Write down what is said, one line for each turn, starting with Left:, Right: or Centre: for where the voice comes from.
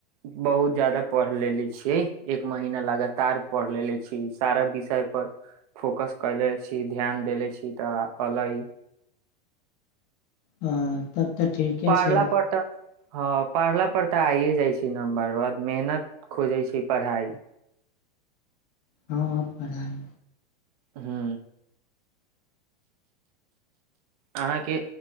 Right: बहुत ज्यादा पढ़ लेलेे छियै एक महीना लगातार पढ़ लेलेे छियै सारा विषय पर फोकस कयले छि ध्यान देले छि तऽ अलै
Left: हँ तब तऽ ठीके
Right: पढ़ला
Left: छै
Right: पर तऽ हँ पढ़ला पर तऽ आइये जाय छै नम्बर ओकर बाद मेहनत खोजै छै पढ़ाई
Left: हँ ह पढ़ाई
Right: हू अहाँके